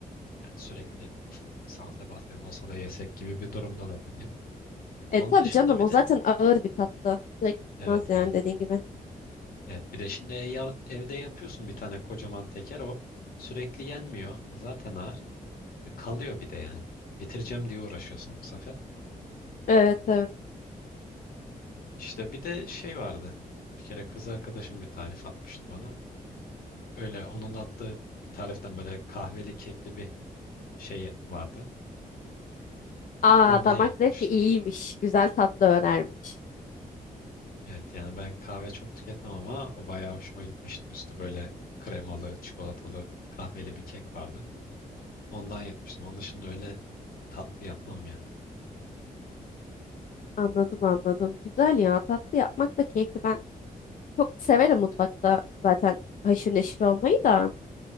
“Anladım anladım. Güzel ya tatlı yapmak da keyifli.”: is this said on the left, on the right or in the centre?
Left